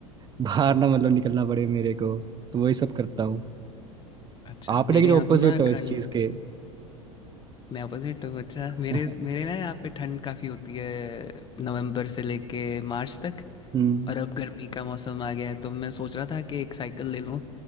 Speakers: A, on the right; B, on the left.
A: बाहर ना मतलब निकलना पड़े मेरे को तो वही सब करता हूँ
B: अच्छा
A: आप
B: मेरे
A: लेकिन
B: यहाँ
A: ऑपोजिट
B: तो ना
A: हो
B: ठंड
A: इस चीज के
B: मैं अपोजिट हूँ अच्छा मेरे
A: <laughs>
B: मेरे ना यहाँ पे ठंड काफ़ी होती है नवंबर से लेके मार्च तक
A: हम्म
B: और अब गर्मी का मौसम आ गया है तो मैं सोच रहा था कि एक साइकिल ले लूँ